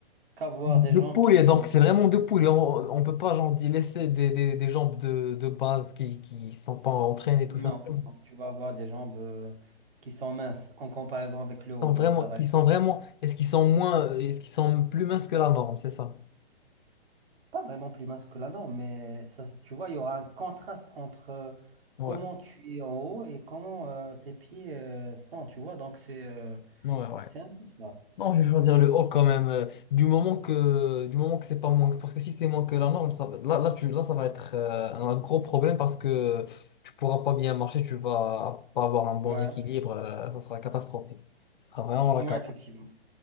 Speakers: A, on the right; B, on the left.
A: qu'avoir
B: De
A: des jambes
B: poulet,
A: qui sont.
B: donc c'est
A: tu-
B: vraiment de poulet. On, on peut pas genre, y laisser des, des, des jambes de, de base qui qui sont pas entraînées, tout
A: Non,
B: simplement.
A: non, tu vas avoir des jambes euh, qui sont minces en comparaison avec le haut.
B: sont
A: Donc,
B: vraiment,
A: ça va
B: qui
A: être.
B: sont vraiment, est-ce qu'ils sont moins, euh, est-ce qu'ils sont plus minces que la norme, c'est ça?
A: pas vraiment plus mince que la norme, mais ça, se- tu vois, il y aura un contraste entre euh,
B: Ouais,
A: comment tu es en haut et comment euh, tes pieds euh, sont, tu vois. Donc, c'est euh,
B: ouais, ouais.
A: c'est un peu ça.
B: Non, je vais choisir le haut quand même. euh, du moment que, du moment que c'est pas moins, que- parce que si c'est moins que la norme, ça, va- là, là, tu, là, ça va être euh, un gros problème parce que tu pourras pas bien marcher, tu vas pas avoir un bon
A: Ouais,
B: équilibre, euh, ça sera catastrophique. Ça sera vraiment la
A: ouais,
B: cata.
A: effectivement.